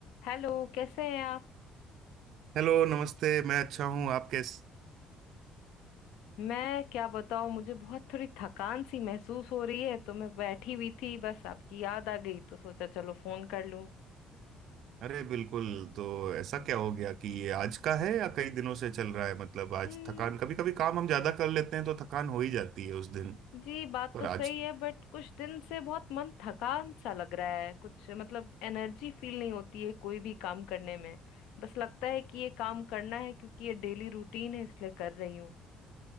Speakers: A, on the left; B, on the right.
A: हेलो कैसे हैं आप
B: Hello नमस्ते मैं अच्छा हूँ आप कैसे
A: मैं क्या बताऊं मुझे बहुत थोड़ी थकान सी महसूस हो रही है तो मैं बैठी हुई थी बस आपकी याद आ गई तो सोचा चलो फोन कर लूं
B: अरे बिल्कुल तो ऐसा क्या हो गया कि ये आज का है या कई दिनों से चल रहा है मतलब आज
A: हम्म
B: थकान कभी कभी काम हम ज्यादा कर लेते हैं तो थकान हो ही जाती है उस दिन
A: जी बात
B: पर
A: तो
B: आज
A: सही है बट कुछ दिन से बहुत मन थकान सा लग रहा है कुछ मतलब एनर्जी फील नहीं होती है कोई भी काम करने में बस लगता है कि ये काम करना है क्योंकि ये डेली रूटीन है इसलिए कर रही हूँ